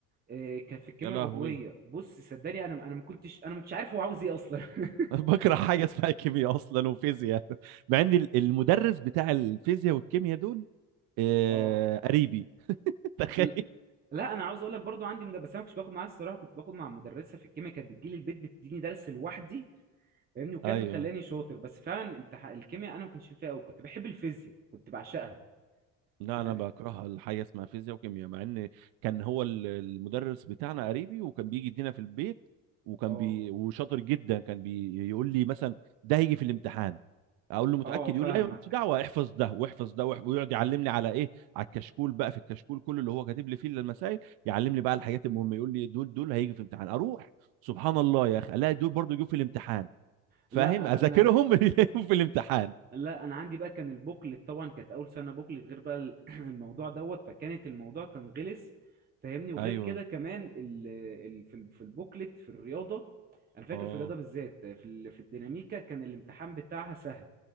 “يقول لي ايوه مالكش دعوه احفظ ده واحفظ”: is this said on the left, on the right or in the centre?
Right